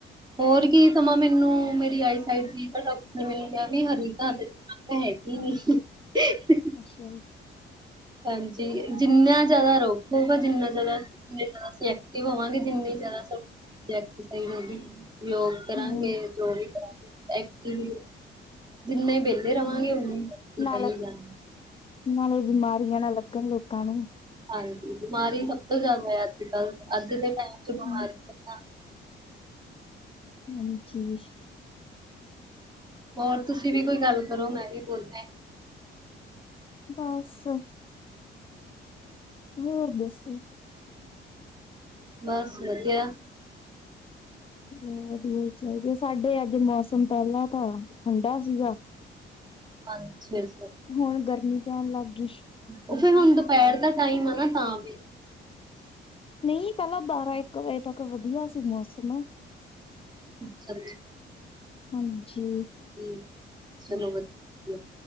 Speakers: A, on the right (about 20°); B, on the left (about 25°).
A: ਹੋਰ ਕੀ ਸਮਾ ਮੈਨੂੰ ਮੇਰੀ ਆਈ ਸਾਈਡ ਵੀਕ ਆ, ਡਾਕਟਰ ਨੇ ਮੈਨੂੰ ਕਿਹਾ ਵਈ ਹਰੀ ਘਾਹ ਤੇ ਹੈ ਕੀ ਆ
B: ਅੱਛਾ ਜੀ।
A: ਹਾਂਜੀ। ਜਿੰਨਾ ਜਿਆਦਾ ਰੋਕੋਗੇ- ਜਿੰਨਾ ਜਿਆਦਾ ਓਨੇ ਜਿਆਦਾ ਅਸੀਂ ਐਕਟਿਵ ਹੋਵਾਂਗੇ, ਜਿੰਨੀ ਜ਼ਿਆਦਾ ਸਾਡੇ ਸਰੀਰ ਦੀ ਏਕਸਰਸਾਈਸ ਹੋੋਓਗੀ, ਯੋਗ। ਕਰਾਂਗੇ
B: ਹੂੰ,
A: ਜੋ ਵੀ ਕਰਾਂਗੇ ਐਕਟਿਵ ਜਿੰਨੇ ਰਵਾਗੇ
B: ਹੂੰ
A: ਓਹਨੇ ਕੀ ਕਹੀ
B: ਨਾਲੇ
A: ਜਾ।
B: ਨਾਲੇ ਬਿਮਾਰੀਆਂ ਨਾ ਲੱਗਣ ਲੋਕਾਂ ਨੂੰ।
A: ਹਾਂਜੀ ਬਿਮਾਰੀ ਸਭ ਤੋਂ ਜ਼ਿਆਦਾ ਆ, ਅੱਜ- ਕੱਲ, ਅੱਜ ਦੇ ਟਾਈਮ ਚ ਬਿਮਾਰੀ
B: ਹੂੰ,
A: ਪੇਹਲਾ।
B: ਹਾਂਜੀ।
A: ਹੋਰ ਤੁਸੀਂ ਵੀ ਕੋਈ ਗੱਲ ਕਰੋ ਮੈਂ ਹੀ ਬੋਲਦਾ।
B: ਬਸ। ਹੋਰ ਦੱਸੋ।
A: ਬਸ ਵੱਧੀਆ।
B: ਵ ਵੱਧੀਆ ਚਾਹੀਦਾ, ਸਾਡੇ ਅੱਜ ਮੌਸਮ ਪਹਿਲਾ ਤਾਂ ਠੰਡਾ ਸੀਗਾ
A: ਪੰਜ- ਛੇ ਸੋ।
B: ਹੁਣ ਗਰਮੀ ਪੈਣ ਲੱਗ ਗਈ।
A: ਓਹ ਫੇਰ ਹੁਣ ਦੁਪਹਿਰ ਦਾ ਟਾਈਮ ਆ ਨਾ, ਤਾਂ ਵੀ,
B: ਨਹੀਂ ਪਹਿਲਾਂ ਬਾਰਾ-ਇੱਕ ਇਕ ਵਜੇ ਤੱਕ ਵਧੀਆ ਸੀ ਮੌਸਮ
A: ਅੱਛਾ
B: ਹਾਂਜੀ।
A: ਹਾਂਜੀ ਚਲੋ ਵੱਧੀਆ,